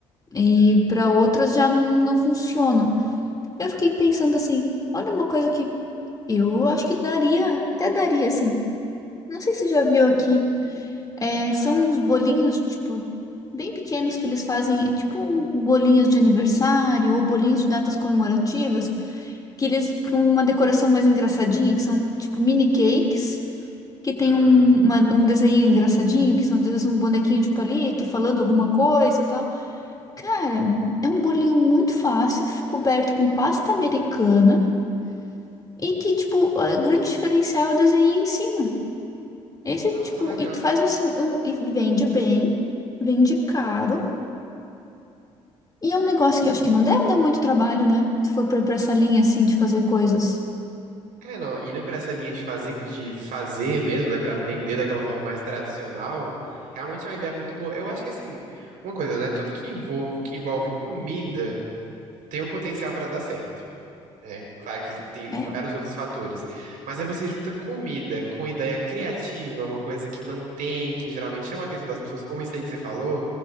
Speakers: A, on the left (about 25°); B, on the right (about 60°).
A: E
B: é.
A: para outras já não, não funcionam. Eu fiquei pensando assim, olha uma coisa que eu acho que daria, até daria, assim. Não sei se você já viu aqui. é, são uns bolinhos, tipo, bem pequenos que eles fazem, tipo, bolinhas de aniversário ou bolinhas de datas comemorativas, que eles com uma decoração mais engraçadinha, que são, tipo, mini cakes, que tem
B: Aham.
A: um, uma- um desenho engraçadinho, que são, às vezes, um bonequinho de palito falando alguma coisa e tal. Cara, é um bolinho muito fácil, coberto com pasta americana. E que, tipo, o grande diferencial é o desenho em cima. Esse
B: Nossa,
A: tipo,
B: legal.
A: e tu faz um, si- um- e vende bem, vende caro, e é um negócio que eu acho que não deve dar muito trabalho, né? Se for pra, pra essa linha assim de fazer coisas.
B: É, não, indo pra essa linha de fazer, de fazer mesmo, né, pra vender daquela forma mais tradicional, realmente é uma ideia muito boa. Eu acho que, assim, uma coisa, né, tudo que envolve, que envolve comida tem um potencial pra dar certo. É, claro que tem
A: É.
B: vários outros fatores. Mas aí você junta comida com ideia criativa, uma coisa que não tem, que geralmente chama a atenção das pessoas, como isso aí que você falou,